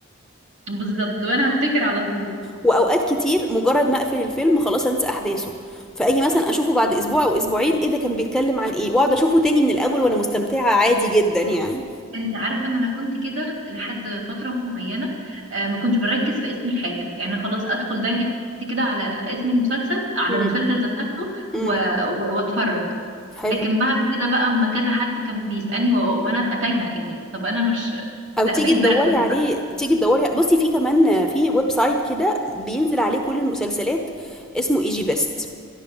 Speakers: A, on the right; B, in the centre.
A: بالظبط وأنا هفتكر على طول
B: واوقات كتير مجرد ما اقفل الفيلم خلاص انسى احداثه فاجي مثلا اشوفه بعد اسبوع او اسبوعين ايه ده كان بيتكلم عن ايه واقعد اشوفه تاني من الاول وانا مستمتعة عادي جدا يعني
A: انت عارفه ان انا كنت كده لحد فتره معينه آه، ما كنتش بركز في اسم الحاجه يعني خلاص ادخل دايركت كده على اسم المسلسل على
B: امم
A: المسلسل ذات نفسه
B: امم
A: و- و- واتفرج
B: حلو
A: لكن بعد كده بقى اما كذا حد كان بيسالني و- وانا ابقى تايهه يعني طب انا مش
B: او
A: لا
B: تيجي
A: بقيت
B: تدوري
A: بركز
B: عليه
A: بقى
B: تيجي تدوري بصي في كمان في ويب سايت كده بينزل عليه كل المسلسلات اسمه اي جي بيست